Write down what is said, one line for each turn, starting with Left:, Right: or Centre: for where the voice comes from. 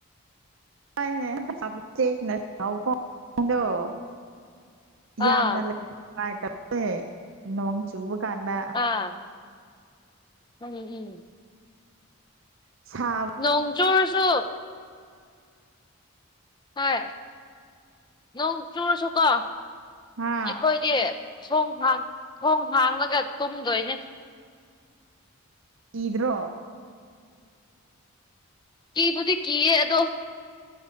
Right: ꯍꯣꯏꯅꯦ <unintelligible>
Left: ꯑꯥ
Right: ꯌꯥꯝꯅ ꯂꯩ ꯅꯨꯡꯉꯥꯏꯇꯝꯅꯦ ꯅꯣꯡ ꯆꯨꯕ ꯀꯥꯟꯗ
Left: ꯑꯥ ꯎꯝ ꯎꯝ
Right: ꯁꯥꯕ
Left: ꯅꯣꯡ ꯆꯨꯔꯁꯨ ꯍꯣꯏ ꯅꯣꯡ ꯆꯨꯔ ꯁꯨꯀꯣ
Right: ꯍꯥ
Left: ꯑꯩꯈꯣꯏꯗꯤ ꯊꯣꯡ ꯍꯥꯡ ꯊꯣꯡ ꯍꯥꯡꯂꯒ ꯇꯨꯝꯗꯣꯏꯅꯦ
Right: ꯏꯗ꯭ꯔꯣ
Left: ꯀꯤꯕꯨꯗꯤ ꯀꯤꯌꯦ ꯑꯗꯣ